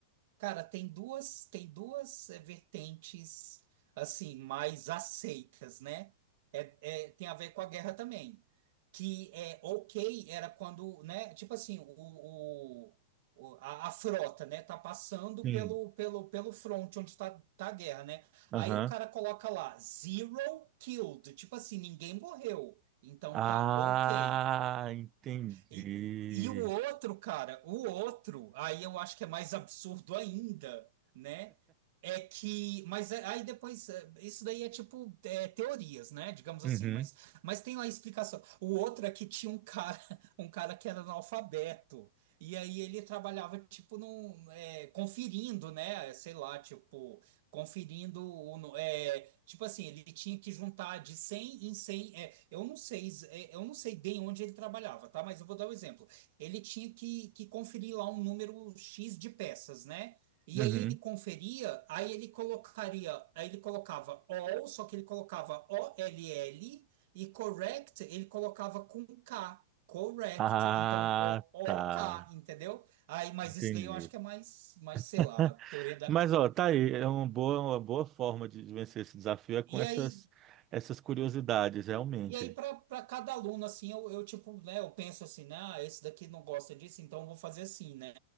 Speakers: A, on the right; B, on the right.
A: Cara, tem duas, tem duas eh, vertentes assim mais aceitas, né? É, é- tem a ver com a guerra também, que é ok era quando, né? Tipo assim, o, o- o- a, a frota, né? Tá passando
B: Sim.
A: pelo pelo pelo front onde tá, tá a guerra, né?
B: Aham.
A: Aí o cara coloca lá zero killed, tipo assim, ninguém morreu, então
B: Ah,
A: tá ok.
B: entendi.
A: E, e o outro, cara, o outro, aí eu acho que é mais absurdo ainda, né? É que, mas é- aí depois, é, isso daí é tipo é, teorias, né? Digamos
B: Uhum.
A: assim, mas, mas tem lá a explicação. O outro é que tinha um cara, <laughs> um cara que era analfabeto, e aí ele trabalhava, tipo, num, é, conferindo, né? Sei lá, tipo conferindo o é, tipo assim ele tinha que juntar de 100 em 100 é, eu não sei é, eu não sei bem onde ele trabalhava tá mas eu vou dar um exemplo ele tinha que, que conferir lá um número X de peças né e
B: Uhum.
A: aí ele conferia aí ele colocaria aí ele colocava all só que ele colocava o l l e correct ele colocava com K correct
B: Ah,
A: então o OK
B: tá.
A: entendeu aí mas
B: Entendi.
A: isso daí eu acho que é mais mais sei
B: <laughs>
A: lá teoria da
B: Mas, ó, tá aí. É uma boa, uma boa forma de de vencer esse desafio é com
A: e
B: essas,
A: aí,
B: essas curiosidades, realmente.
A: E aí, para cada aluno, assim, eu, eu tipo, né, eu penso assim, né, ah, esse daqui não gosta disso, então eu vou fazer assim, né?